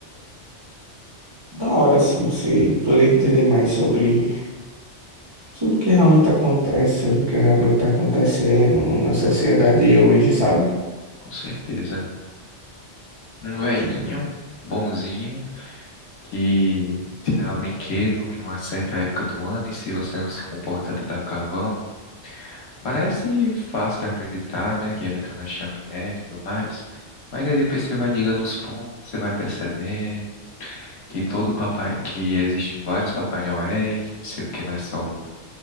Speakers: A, on the right; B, on the left.
A: Da hora se você poder entender mais sobre, sobre o que realmente acontece, sobre o que realmente está acontecendo na sociedade
B: Hum,
A: hoje, sabe?
B: com certeza. Um velhinho,
A: Que da-
B: bonzinho, que te dá brinquedo em uma certa época do ano, e se você não se comportar, te dá carvão. Parece fácil de acreditar, né? Que ele entra na chaminé e tudo mais. Mas aí depois você vai ligando os pontos, você vai percebendo que todo papai, que existem vários Papai Noéis, não sei o que, não é só um.